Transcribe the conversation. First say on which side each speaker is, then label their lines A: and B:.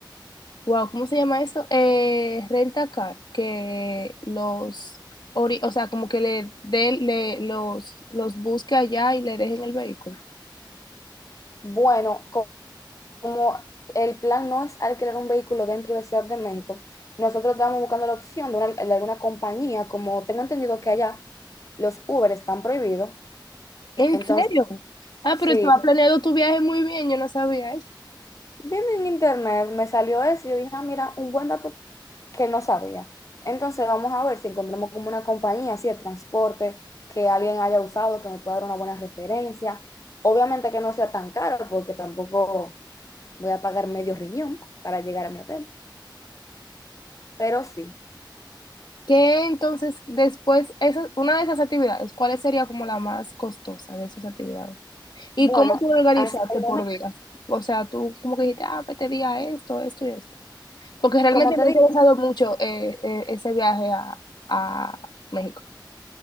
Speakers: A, on the left; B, on the left.
A: wow, ¿cómo se llama esto? Eh, renta car, que los, ori- o sea, como que le, dé- le los, los busque allá y le dejen el vehículo.
B: Bueno, co- como el plan no es alquilar un vehículo dentro de Ciudad de México, nosotros estábamos buscando la opción de, una- de alguna compañía, como tengo entendido que allá los Uber están prohibidos.
A: ¿En
B: Entonces,
A: serio? Ah,
B: sí,
A: pero tú has planeado tu viaje muy bien, yo no sabía eso.
B: viendo en internet me salió eso, y yo dije, ah, mira, un buen dato que no sabía. Entonces vamos a ver si encontramos como una compañía así de transporte que alguien haya usado, que me pueda dar una buena referencia. Obviamente que no sea tan caro porque tampoco voy a pagar medio riñón para llegar a mi hotel, pero sí.
A: ¿Qué entonces después, esa, una de esas actividades, cuál sería como la más costosa de esas actividades? ¿Y
B: Bueno,
A: cómo tú lo organizaste
B: hasta el
A: por
B: momento,
A: días? O sea, tú como que dijiste, ah, pues te diga esto, esto y esto. Porque realmente
B: como te
A: me ha
B: dije,
A: interesado mucho eh, eh, ese viaje a, a México.